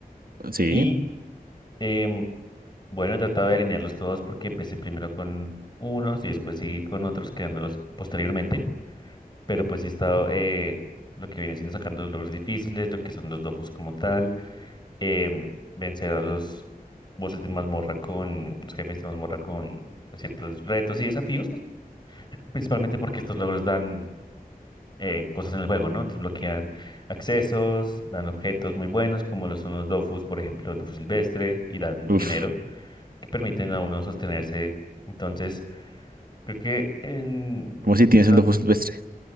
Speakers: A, on the right (about 70°); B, on the left (about 30°).
A: Sí.
B: Y em, bueno, he tratado de alinearlos todos porque empecé primero con unos y después seguí con otros, creándolos posteriormente. Pero pues sí he estado eh, lo que viene siendo sacando los logros difíciles, lo que son los dofus como tal em, vencer a los bosses de mazmorra con, los jefes de mazmorra con ciertos retos y desafíos, pues, principalmente porque estos logros dan eh, cosas en el juego, ¿no? Desbloquean accesos, dan objetos muy buenos, como lo son los dofus, por ejemplo, el dofus silvestre, y dan dinero
A: Uf.
B: que permiten a uno sostenerse. Entonces, creo que en...
A: ¿Cómo si tienes el
B: don-
A: Dofus Silvestre?